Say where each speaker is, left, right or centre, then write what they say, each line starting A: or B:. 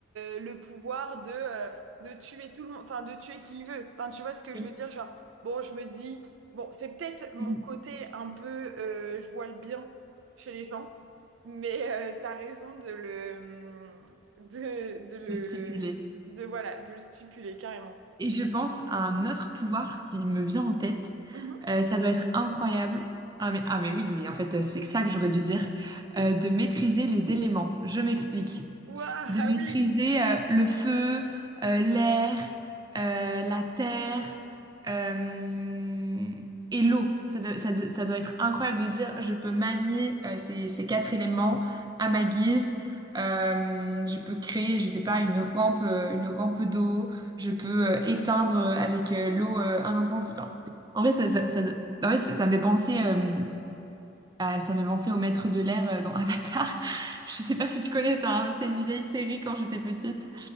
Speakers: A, on the right (about 90°); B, on the right (about 20°).
A: euh, le pouvoir de, euh, de tuer tout le monde, enfin, de tuer qui il veut. Enfin, tu vois ce que je
B: Oui.
A: veux dire? Genre, bon, je me dis, bon, c'est peut-être mon
B: On
A: côté un peu, euh, je vois le bien chez les gens. Mais euh, t'as raison de le, hum, de, de le
B: peut stipuler.
A: de voilà de le stipuler carrément.
B: Et je pense à un autre pouvoir qui me vient en tête.
A: Mhm.
B: Euh, ça doit être incroyable. Ah mais, ah mais oui, mais en fait, c'est ça que j'aurais dû dire. Euh, de maîtriser les éléments. Je m'explique
A: Ouah,
B: de
A: ah
B: maîtriser
A: oui.
B: euh, le feu, euh, l'air, euh, la terre euh, et l'eau. Ça, doit- ça doit ça doit être incroyable de se dire, je peux manier euh, ces, ces quatre éléments à ma guise. Euh, je peux créer, je sais pas, une rampe, euh, une rampe d'eau. Je peux euh, éteindre euh, avec euh, l'eau euh, un incendie. Enfin, en vrai, ça, ça- ça- en vrai, ça- ça me fait penser. euh, ah, ça m'est pensé au maître de l'air euh, dans Avatar. <laughs> Je sais pas si tu connais ça, hein, c'est une vieille série quand j'étais petite.